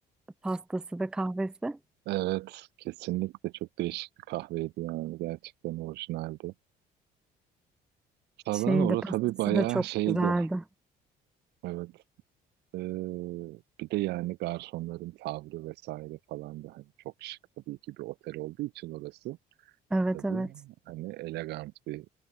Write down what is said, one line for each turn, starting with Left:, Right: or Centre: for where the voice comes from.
Centre: pastası ve kahvesi.
Right: Evet. Kesinlikle çok değişik bir kahveydi yani. Gerçekten orijinaldi. Falan
Centre: Şeyi
Right: orası
Centre: de pastası
Right: tabii bayağı
Centre: da çok
Right: şeydi.
Centre: güzeldi.
Right: Evet. Ee, bir de yani garsonların tavrı vesaire falan da hani çok şık tabii ki bir otel olduğu için orası.
Centre: Evet
Right: Tabii
Centre: evet.
Right: hani elegant bir,